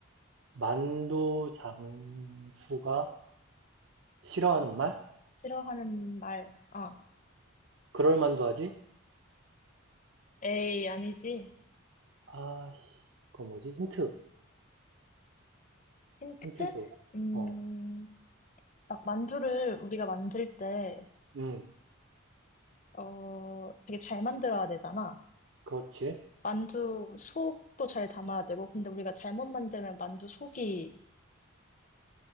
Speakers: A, on the right; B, on the left.
A: 만두 장수가 싫어하는 말?
B: 싫어하는 말. 아,
A: 그럴 만도 하지?
B: 에이, 아니지.
A: 아, 씨. 그거 뭐지? 힌트.
B: 힌트?
A: 힌트 줘.
B: 음,
A: 어,
B: 막 만두를 우리가 만들 때,
A: 음,
B: 어, 되게 잘 만들어야 되잖아.
A: 그렇지.
B: 만두 속도 잘 담아야 되고, 근데 우리가 잘못 만들면 만두 속이